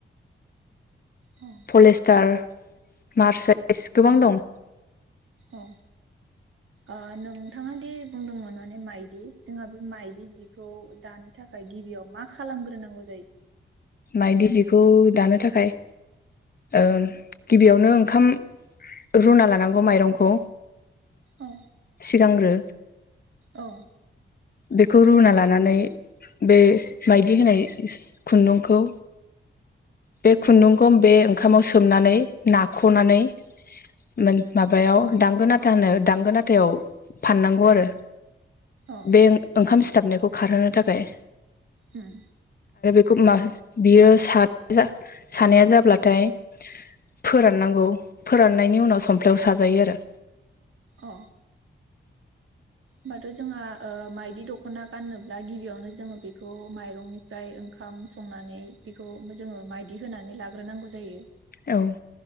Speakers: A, on the right; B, on the left.
A: औ
B: पलेस्टार मार्सेल एस गोबां
A: औ
B: दं
A: औ ओ नोंथाङा दि बुंदोंमोन माने माइदि जोंहा बे माइदि जिखौ दानो थाखाय गिबियाव मा खालामग्रोनांगौ जायो
B: माइदि जिखौ दानो थाखाय ओ गिबियावनो ओंखाम रुना लानांगौ माइरंखौ
A: औ
B: सिगांग्रो
A: औ
B: बेखौ रुना लानानै बे माइदि होनाय खुन्दुं खौ बे खुन्दुंखौ बे ओंखामाव सोमनानै नाख'नानै मोन माबायाव
A: औ
B: दांगोनाथा होना दांगोन आथायाव फाननांगौ आरो।
A: अ
B: बे ओंखाम सि थाबनायखौ खारहोनो थाखाय
A: उम
B: <unintelligible> <unintelligible> बियो <unintelligible> सानाया जाब्लाथाय फोराननांगौ फोराननायनि उनाव समफ्लायाव साजायो आरो
A: अ होमबाथ' जोंहा माइदि दख'ना गाननोब्ला गिबियावनो जोङो बेखौ माइरंनिफ्राय ओंखाम संनानै बेखौ जोङो माइदि होनानै लाग्रोनांगौ जायो।
B: औ